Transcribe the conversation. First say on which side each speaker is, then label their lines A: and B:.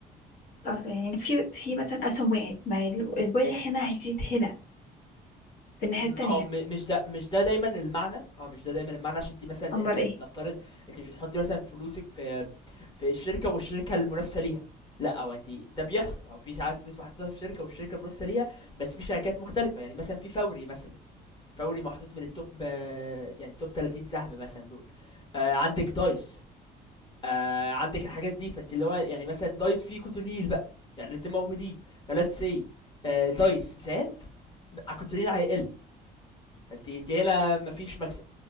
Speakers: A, on the left; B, on the left.
A: أصل يعني في في مثلا أسهم وقعت ما ال- الوقع هنا هيزيد هنا في الناحية
B: م-
A: التانية
B: اه م- مش ده مش ده دايما المعنى اه مش ده دايما المعنى عشان انت مثلا
A: أمال
B: احنا
A: إيه،
B: نفترض انت مش بتحطي مثلا فلوسك في في الشركه والشركه المنافسه ليها لا او انت ده بيحصل او في ساعات فلوس محطوطه في شركه والشركه المنافسه ليها بس في شركات مختلفه يعني مثلا في فوري مثلا فوري محطوط من التوب آه، يعني التوب 30 سهم مثلا دول آه، عندك دايس آه عندك الحاجات دي فانت اللي هو يعني مثلا دايس فيه كوتونيل بقى يعني الاتنين موجودين فلات سي آه دايس زاد ب- كوتونيل هيقل فانت انت هنا مفيش مكسب